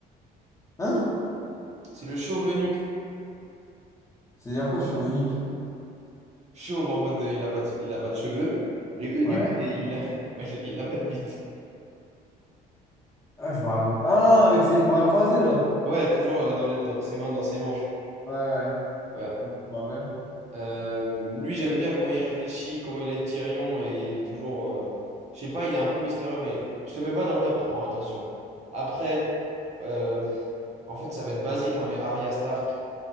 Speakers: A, on the left (about 20°); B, on the right (about 40°).
A: Hein?
B: C'est le chauve eunuque.
A: C'est-à-dire quoi, chauve-nuque?
B: Chauve en mode de- il a pas de, il a pas de cheveux. Et eunuque,
A: Ouais.
B: c'est- il a, <laughs> bah, il a, il a pas de bite.
A: Ah, je me rappelle. Ah, avec ses bras croisés, là.
B: Ouais, toujours euh, dans, les- dans ses mains, dans ses manches.
A: Ouais, ouais.
B: Ouais.
A: Ok, je me rappelle.
B: Euh, lui, j'aime bien comment il réfléchit, comment il aide Tyrion. Et il est toujours. euh, Je sais pas, il est un peu mystérieux, mais je te mets pas dans le top 3 hein, attention. Après, euh, pff, en fait, ça va être basique, hein, mais Arya Stark.